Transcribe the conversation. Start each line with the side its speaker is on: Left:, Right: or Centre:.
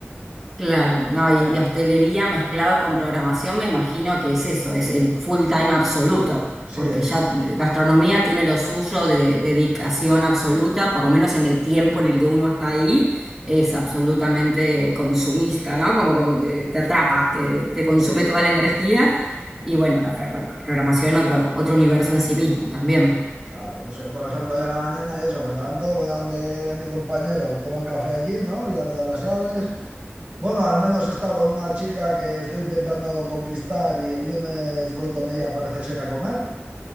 Centre: Claro, no, y,
Right: <laughs>
Centre: y hostelería mezclado con programación, me imagino que es eso, es el full time absoluto,
Right: Sí,
Centre: porque
Right: eso,
Centre: ya
Right: sí,
Centre: gastronomía
Right: sí.
Centre: tiene lo suyo de dedicación absoluta,
Right: Ah,
Centre: por lo menos en el tiempo en el que uno está ahí, es
Right: Sí,
Centre: absolutamente consumista, ¿no? Como con- eh, te atrapas, te, te consume
Right: sí, sí,
Centre: toda la energía,
Right: sí.
Centre: y bueno, la pro- programación otro, otro universo en sí mismo también.
Right: Claro, pues eh, por ejemplo, de la mañana eso, me levanto, voy a donde mi compañero, me tomo el café allí, ¿no? Ya le doy las llaves. Bueno, al menos he estado con una chica que estoy intentando conquistar y el lunes voy con ella, parece ser, a comer.